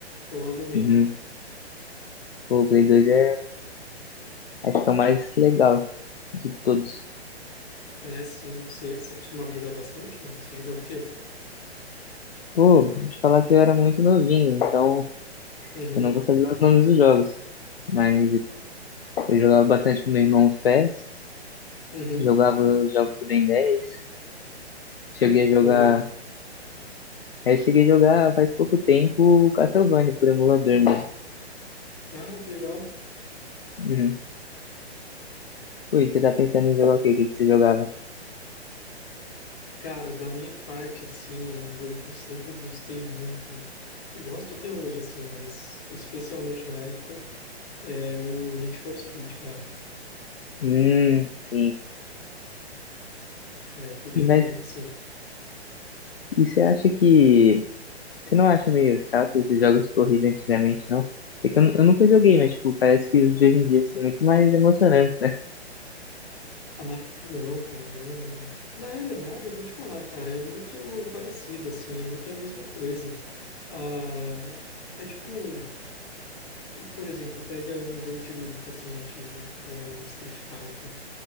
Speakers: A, on the left; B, on the left.
A: Provavelmente.
B: Uhum. Pô, o Play 2 é, acho que é o mais legal de todos.
A: É, sim. Você você costumava jogar bastante, mano? Você jogava o quê?
B: Pô, te falar que eu era muito novinho, então
A: Uhum,
B: eu não vou saber os nomes dos jogos. Mas eu jogava bastante com meu irmão os PES,
A: uhum.
B: jogava jogos do Ben 10,
A: <laughs>
B: cheguei a jogar...
A: Maneiro.
B: Eu cheguei a jogar faz pouco tempo o Castlevania por emulador mesmo.
A: Ah, que legal.
B: Uhum. Pô, e você tá pensando em jogar o quê? O que que você jogava?
A: Cara, da minha parte, assim, é um jogo que eu sempre gostei muito. Gosto até hoje, assim, mas especialmente na época. É o Need for Speed, cara.
B: Hum, sim.
A: É, eu curtia
B: Mas
A: muito, assim.
B: e você acha que. Você não acha meio chato esses jogos de corrida antigamente, não? É que eu, eu nunca joguei, mas tipo, parece que os de hoje em dia são muito mais emocionantes, né?
A: Ah, não, cara, não, não, não. Na realidade, eu vou te falar, cara, é muito parecido, assim, é meio que a mesma coisa. Ah, é tipo, por exemplo, pega um jogo de luta, assim, antigo, tipo um Street Fighter,